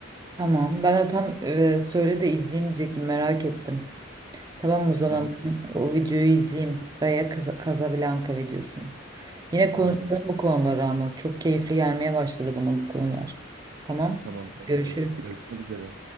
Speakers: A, on the right; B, on the right.
A: Tamam. Ben de tam e, söyle de izleyeyim diyecektim. Merak ettim. Tamam o zaman
B: Tamam.
A: ben o videoyu izleyeyim. Raya Kaza- Casablanca videosunu. Yine konuşalım
B: Aynen.
A: bu konuları ama çok keyifli gelmeye başladı bana bu konular. Tamam.
B: Tamam tamamdır.
A: Görüşürüz.
B: Görüşmek üzere.